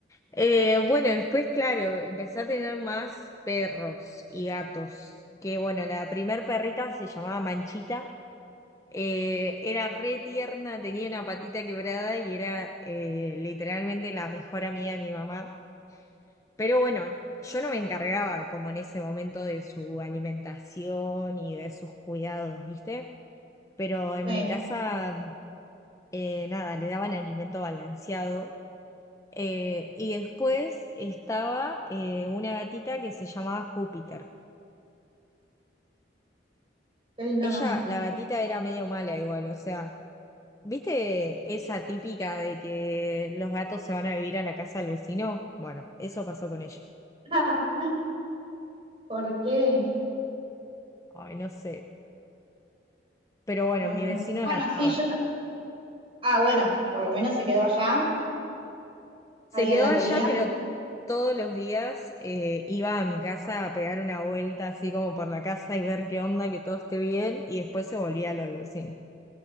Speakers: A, on the left; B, on the right.
A: Eh, bueno, después, claro, empecé a tener más perros y gatos. Que bueno, la primer perrita se llamaba Manchita. eh, era re tierna, tenía una patita quebrada y era eh, literalmente la mejor amiga de mi mamá. Pero bueno, yo no me encargaba como en ese momento de su alimentación y de sus cuidados, ¿viste? Pero en
B: Sí,
A: mi casa, eh, nada, le daban alimento balanceado Eh, y después estaba eh, una gatita que se llamaba Júpiter.
B: qué lindo
A: Ella,
B: nombre.
A: la gatita era medio mala igual, o sea, ¿viste esa típica de que los gatos se van a vivir a la casa del vecino? Bueno, eso pasó con ella.
B: <laughs> ¿Por qué?
A: Ay, no sé. Pero bueno,
B: No,
A: mi
B: tremendo.
A: vecino
B: Bueno,
A: la amaba.
B: sí, yo... ta- Ah, bueno, por lo menos se quedó allá,
A: Se
B: alguien
A: quedó
B: la
A: allá,
B: quería,
A: pero todos los días eh, iba a mi casa a pegar una vuelta así como por la casa y ver qué onda, que todo esté bien, y después se volvía a lo del vecino.